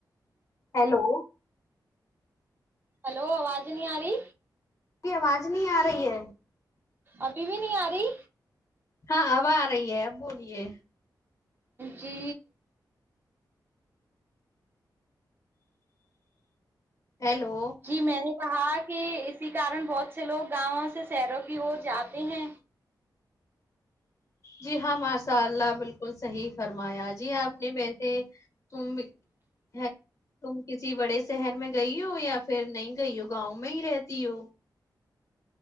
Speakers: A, on the left; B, on the right.
A: ہیلو
B: ہلو آواز نہیں آ رہی
A: اس کی آواز نہیں آ رہی ہے
B: ابھی بھی نہیں آ رہی
A: ہاں اب آ رہی ہے اب بولیے
B: جی
A: ہیلو
B: جی میں نے کہا کہ اسی کارن بہت سے لوگ گاؤں سے شہروں کی اور جاتے ہیں
A: جی ہاں ماشاء اللہ بالکل صحیح فرمایا جی آپ نے ا <inaudible> ت بھی کسی بڑے شہر میں گئی ہو یا پھر نہیں گئی ہو گاؤں میں ہی رہتی ہو